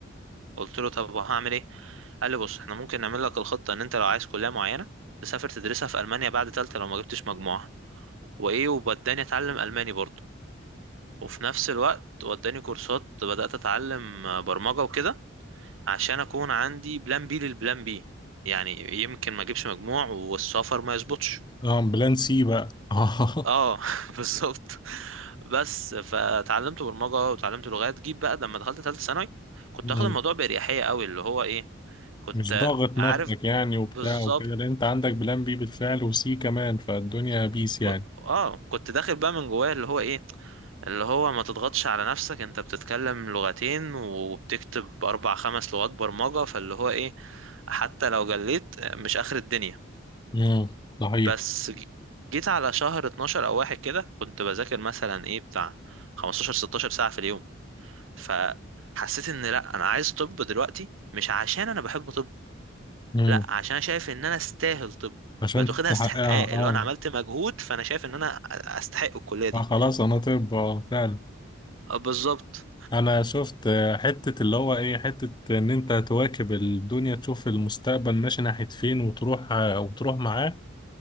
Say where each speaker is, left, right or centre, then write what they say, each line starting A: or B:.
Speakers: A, on the right (about 75°); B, on the left (about 20°).
A: قلت له طب وهعمل ايه قال لي بص احنا ممكن نعمل لك الخطه ان انت لو عايز كليه معينه تسافر تدرسها في المانيا بعد ثالثه لو ما جبتش مجموعه وايه ووداني اتعلم الماني برضه وفي نفس الوقت وداني كورسات بدات اتعلم برمجه وكده عشان اكون عندي بلان بي للبلان بي يعني يمكن ما اجيبش مجموع والسفر ما يظبطش
B: اه بلان سي بقى اه
A: اه <laughs> بالظبط بس فتعلمت برمجه وتعلمت لغات جيب بقى لما دخلت ثالثه ثانوي كنت
B: <laughs>
A: اخد
B: مم.
A: الموضوع باريحيه قوي اللي هو ايه كنت
B: مش ضاغط نفسك
A: عارف
B: يعني وبتاع
A: بالظبط
B: وكده لان انت عندك بلان بي بالفعل وسي كمان فالدنيا بيس يعني
A: ك- اه كنت داخل بقى من جواه اللي هو ايه اللي هو ما تضغطش على نفسك انت بتتكلم لغتين وبتكتب اربع خمس لغات برمجه فاللي هو ايه حتى لو جليت مش اخر الدنيا
B: امم صحيح
A: بس ج- جيت على شهر 12 او واحد كده كنت بذاكر مثلا ايه بتاع 15 16 ساعة في اليوم فحسيت ان لا انا عايز طب دلوقتي مش عشان انا بحب طب
B: امم
A: لا عشان أنا شايف ان انا استاهل طب
B: عشان
A: بقت واخدها
B: تحققها
A: استحقاق اللي
B: اه
A: هو انا عملت مجهود فانا شايف ان انا استحق الكلية دي
B: فخلاص انا طب اه فعلا
A: آه، بالظبط
B: انا شفت آه، حتة اللي هو ايه حتة ان انت تواكب الدنيا تشوف المستقبل ماشي ناحية فين وتروح آه، وتروح معاه